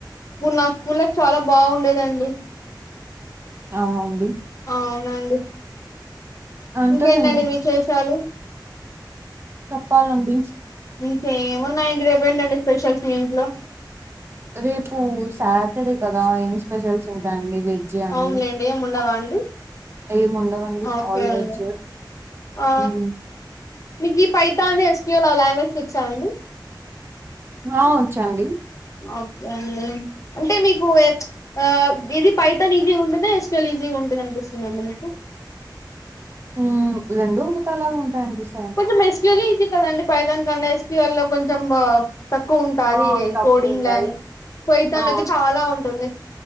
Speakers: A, on the left; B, on the right.
A: అప్పుడు నా స్కూల్ లైఫ్ చాలా బాగుండేదండి
B: అవునండి
A: అవునండి
B: అంతేలేండి
A: ఇంకేంటండి విశేషాలు
B: చెప్పాలండి
A: ఇంకేమున్నాయండి రేపేంటండి స్పెషల్స్ మీ ఇంట్లో
B: రేపు సాటర్డే కదా ఏం స్పెషల్స్ ఉంటాయండి వెజ్ అన్ని
A: అవునులేండి ఏముండవా అండి
B: ఏం ఉండవండి
A: ఓకే
B: ఆల్ వెజ్
A: అండి ఆ
B: మ్మ్.
A: మీకు ఈ పైథాన్ ఎస్క్యవల్ లాంగ్వేజ్కి వాచండి
B: ఆ వంచండి
A: ఓకే అండి అంటే మీకు ఆ ఇది పైతాన్ ఈజీగా ఉంటుంద ఎస్కల్ ఈజీగా ఉంటుంది అనిపిస్తుందండి మీకు
B: హ్మ్ రెండు ఒకటలాగా ఉంటాయి అనిపిస్
A: కొంచెం ఎస్క్యూఎల్ ఎ ఈజీ కదండి పైతోన్ కన్న ఎస్క్యూ ఎల్ లో కొంచం బ తక్కువ ఉంటాది
B: ఆ తక్కువ
A: కోడింగ్
B: ఉంటాయి
A: ల్యాంగ్ పైతన్
B: ఆ
A: అయితే చాలా ఉంటుంది